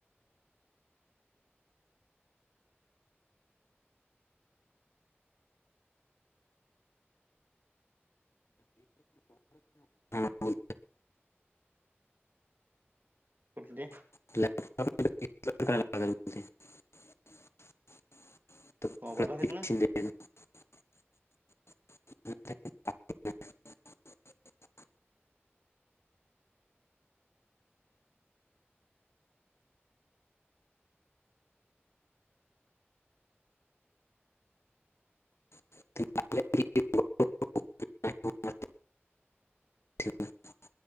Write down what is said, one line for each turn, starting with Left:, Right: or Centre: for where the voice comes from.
Left: ह हो
Right: कुठली
Left: लॅपटॉप तर
Right: मोबाईल आहेत
Left: प्रत्येक्ष
Right: ना
Left: <inaudible> <inaudible>